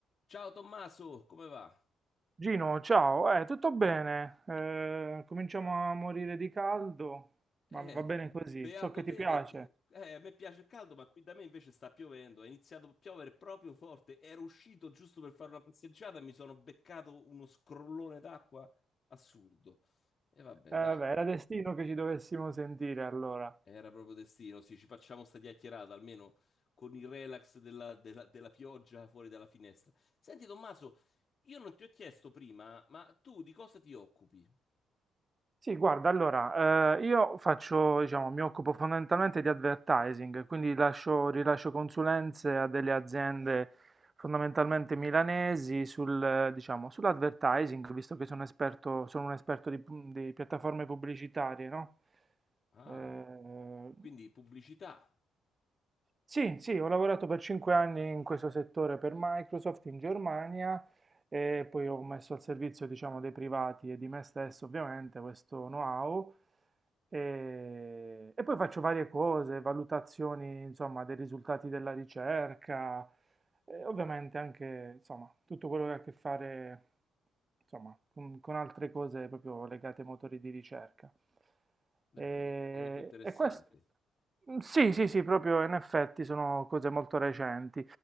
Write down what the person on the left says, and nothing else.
Ciao Tommaso, come va?
Eh,
beato
te
perché eh, a me piace il caldo, ma qui da me invece sta piovendo. È iniziato a piovere proprio forte. Ero uscito giusto per fare una passeggiata e mi sono beccato uno scrollone d'acqua assurdo. E vabbè,
dai,
era proprio destino. Sì, ci facciamo sta chiacchierata almeno con il relax della, della- della pioggia fuori dalla finestra. Senti Tommaso, io non ti ho chiesto prima, ma tu di cosa ti occupi?
Ah,
quindi pubblicità.
Beh,
è mo- molto interessante.